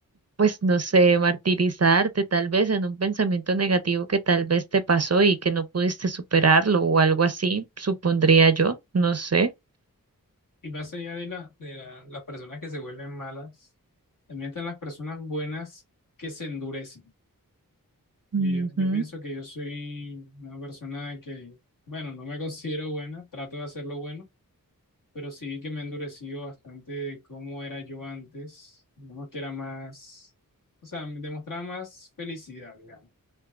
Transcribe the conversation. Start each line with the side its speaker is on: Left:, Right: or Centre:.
Right: pues no sé, martirizarte tal vez en un pensamiento negativo que tal vez te pasó y que no pudiste superarlo o algo así, supondría yo, no sé.
Left: Y más allá de, la, de la- las personas que se vuelven malas, también están las personas buenas que se endurecen.
Right: Ujú.
Left: Y yo, yo pienso que yo soy una persona que, bueno, no me considero buena, trato de hacerlo bueno, pero sí que me he endurecido bastante de cómo era yo antes, digamos que era más, o sea, me demostraba más felicidad, digamos.